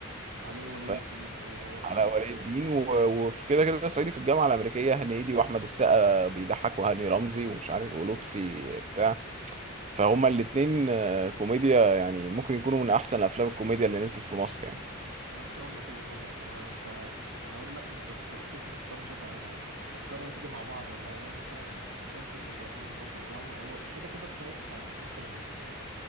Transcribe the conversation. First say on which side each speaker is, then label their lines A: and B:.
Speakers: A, on the right; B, on the right.
A: عليه ولي
B: فاهم؟
A: الدين ايوه هو ده
B: علاء ولي الدين و- وفي كده كده صعيدي في الجامعة الأمريكية هنيدي وأحمد السقا بيضحك وهاني رمزي ومش عارف ولطفي بتاع فهما الاتنين آه، كوميديا يعني ممكن يكونوا من أحسن أفلام الكوميديا اللي نزلت في مصر يعني
A: انا ممكن اقول لك وجهة نظري في ما انت انا اقول لك وانت ت- نشوف نختار نشوف انا افكارنا تيجي مع بعض ولا لا. يعني انا مثلا شايف فيلم زي فيلم الناظر ده هم هو كده كده الطيب بتاع الاتنين كوميدي